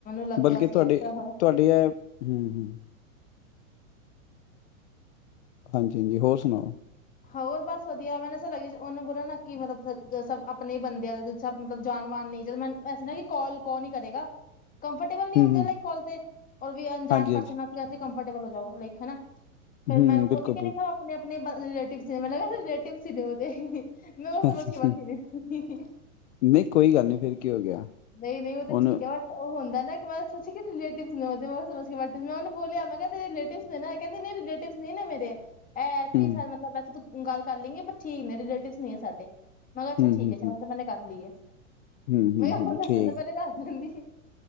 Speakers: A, on the left; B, on the left.
A: ਲੱਗਿਆ
B: ਬਲਕਿ ਤੁਹਾਡੇ,
A: ਸੀ ਐਸਾ ਹੈ।
B: ਤੁਹਾਡੇ ਆ, ਹੂੰ-ਹੂੰ। ਹਾਂਜੀ-ਹਾਂਜੀ, ਹੋਰ ਸੁਣਾਓ?
A: ਹੋਰ ਬਸ ਵਧੀਆ, ਮੈ ਲੱ <unintelligible> ਉਹਨੇ ਬੋਲਨ ਦਾ ਕਿ ਮਤਲਬ, ਸਭ ਆਪਣੇ ਬੰਦੇਆਂ ਸਬ ਮਤਲਬ ਜਾਨਵਾਨ ਨੇਜਰਮਨ, ਐਸੇ ਨਾ ਕਿ ਕਲ ਕੌਨ ਈ ਕਰੇਗਾ? ਕੰਫਰਟੇਬਲ ਨੀ
B: ਹੂੰ
A: ਹੁੰਦੇ
B: ਹੂੰ
A: ਲਾਈਕ ਕੋਲ ਤੇ, ਔਹ ਵੀ ਅਣਜਾਨ
B: ਹਾਂਜੀ ਹਾਂਜੀ
A: ਪਰਸਨ ਨਾਲ ਤੇ ਵੈਸੇ ਈ ਕੰਫਰਟੇਬਲ ਹੋ ਜਾਓ ਲਾਈਕ ਹੈ ਨਾ? ਫੇਰ
B: ਹੂੰ
A: ਮੈਂ <unintelligible>
B: ਬਿਲਕੁਲ
A: ਆਪਣੇ-ਆਪਣੇ ਬ ਰਿਲੇਟਿਵਸ ਸੀ, ਮੈਨੂੰ ਲਗਾ ਰਲੇਟਿਵਸ ਈ ਨੇ ਔਦੇ, ਮੈਂ
B: ਬਿਲਕੁਲ
A: ਉਹ ਸਮਝ ਕੇ ਬੈਠੀ ਦੀ ਸੀ।
B: ਨਹੀਂ ਕੋਈ ਗੱਲ ਨਹੀਂ ਫਿਰ ਕੀ ਹੋ ਗਿਆ
A: ਨਈ-ਨਈ ਉਹ ਤਾਂ
B: ਉਹਨੂੰ
A: ਠੀਕ ਹੈ ਬਟ ਉਹ ਹੁੰਦਾ ਨਾ ਮਤਲਬ ਅਸੀਂ ਰਿਲੇਟਵ ਨੇ ਉਹ ਸਮਝ ਕੇ ਬੈਠੇ ਸੀ, ਉਹਨੂੰ ਬੋਲਿਆ ਮੈਂ ਕਿਹਾ ਤੇ ਰਿਲੇਟਵ ਨੇ ਨਾ ਕਹਿੰਦੇ ਰਿਲੇਟਿਵਸ ਨ ਨੀ ਮੇਰੇ। ਐਸੀ
B: ਹੂੰ
A: ਸਾਰੇ ਮਤਲਬ ਵਸੇ ਗੱਲ ਕਰ ਲੈਗੇ ਬਟ ਠੀਕ ਨੇ, ਰਿਲੇਟਿਵ ਨੀ ਹੈ ਸਾਡੇ। ਮੈਂ ਕਿਹਾ ਅੱਛਾ
B: ਹੂੰ
A: ਠੀਕ
B: ਹੂੰ
A: ਐ। ਚਲੋ
B: ਹੂੰ
A: ਹੁਣ ਤਾਂ ਮੈਨੇ ਕਰ ਲਈ ਏ। ਮੈਂ
B: ਹੂੰ ਹੂੰ
A: ਕਿਹਾ
B: ਹੂੰ
A: ਹੁਣ ਦਸਨ
B: ਠੀਕ
A: ਤੋਂ ਪਹਿਲੇ ਦਸ ਦਿੰਦੀ।